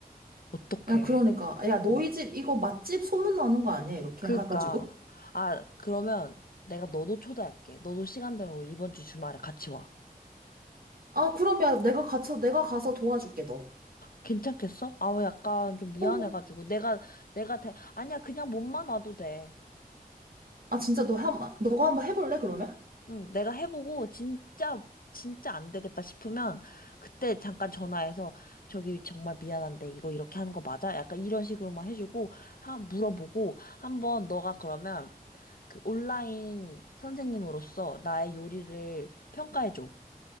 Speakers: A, on the left (about 65°); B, on the right (about 70°).
A: 어떡해.
B: 야, 그러니까. 야,
A: 어.
B: 너희 집 이거 맛집 소문나는 거 아니야? 이렇게
A: 그러니까,
B: 해가지고.
A: 아, 그러면 내가 너도 초대할게. 너도 시간 되면 우리 이번 주 주말에 같이 와.
B: 아, 그럼 야, 내가 가서, 내가 가서 도와줄게, 너.
A: 괜찮겠어? 아, 왜 약간 좀 미안해가지고.
B: 어. 어.
A: 내가, 내가 대, 아니야, 그냥 몸만 와도 돼.
B: 아, 진짜 너 한, 번- 너가 한번 해볼래, 그러면?
A: 응, 내가 해보고 진짜 진짜 안 되겠다 싶으면 그때 잠깐 전화해서 저기 정말 미안한데 이거 이렇게 하는 거 맞아? 약간 이런 식으로만 해주고 한 물어보고 한번 너가 그러면 그 온라인 선생님으로서 나의 요리를 평가해줘.